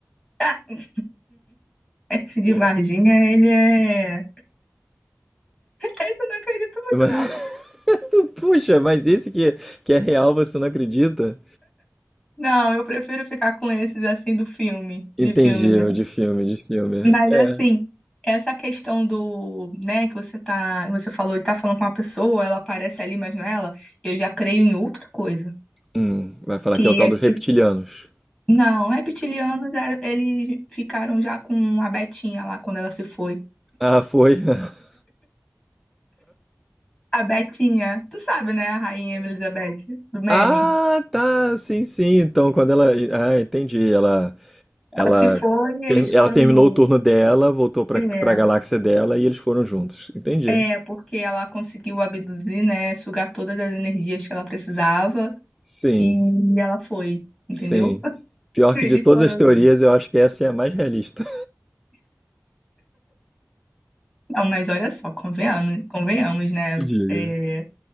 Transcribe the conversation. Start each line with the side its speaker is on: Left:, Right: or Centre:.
Left: <laughs> Ah, esse de
Centre: Pô,
Left: Varginha, ele é. <laughs> Esse eu não acredito muito,
Centre: <laughs>
Left: não.
Centre: <laughs> Puxa, mas esse que, que é real, você não acredita?
Left: Não, eu prefiro ficar com esses assim do filme,
Centre: Entendi,
Left: de filmes,
Centre: eu
Left: né?
Centre: de filme, de filme.
Left: Mas
Centre: É.
Left: assim, essa questão do, né, que você tá, você falou de estar falando com uma pessoa, ela aparece ali, mas não é ela, eu já creio em outra coisa.
Centre: Hum, vai falar
Left: Que
Centre: que é o tal
Left: é
Centre: dos
Left: tipo,
Centre: reptilianos.
Left: não, reptilianos, já- eles ficaram já com a Betinha lá quando ela se foi.
Centre: Ah, foi. <laughs>
Left: A Betinha, tu sabe, né, a rainha Elizabeth, do meme?
Centre: Ah, tá, sim, sim. Então, quando ela. Ah, entendi. Ela,
Left: Ela
Centre: ela,
Left: se foi e
Centre: ter-
Left: eles
Centre: ela
Left: foram
Centre: terminou
Left: juntos.
Centre: o turno dela, voltou pra,
Left: É,
Centre: pra galáxia dela e eles foram juntos. Entendi.
Left: é, porque ela conseguiu abduzir, né, sugar todas as energias que ela precisava
Centre: Sim,
Left: e ela foi, entendeu?
Centre: sim.
Left: <laughs>
Centre: Pior
Left: Eles
Centre: que de todas
Left: foram
Centre: as teorias,
Left: juntos.
Centre: eu acho que essa é a mais realista.
Left: Não, mas olha só, convenhamos, convenhamos, né?
Centre: <laughs> Diga.
Left: É,